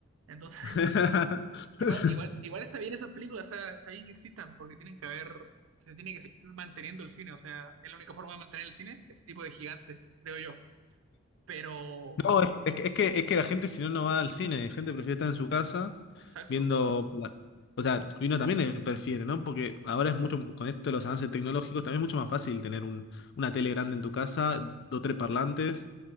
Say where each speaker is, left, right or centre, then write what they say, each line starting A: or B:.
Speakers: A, on the right; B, on the left.
A: Entonces,
B: verdad.
A: <laughs> igual,
B: <laughs>
A: igual, igual está bien esas películas, o sea, está bien que existan, porque tienen que haber, se tiene que seguir manteniendo el cine, o sea, es la única forma de mantener el cine, ese tipo de gigantes, creo yo. Pero,
B: No, es, es que, es que es que la gente si no no va al cine, la gente prefiere estar en su casa
A: exacto.
B: viendo, la- o sea, y uno también le prefiere, ¿no? Porque ahora es mucho, con esto de los avances tecnológicos, también es mucho más fácil tener un, una tele grande en tu casa, dos, tres parlantes,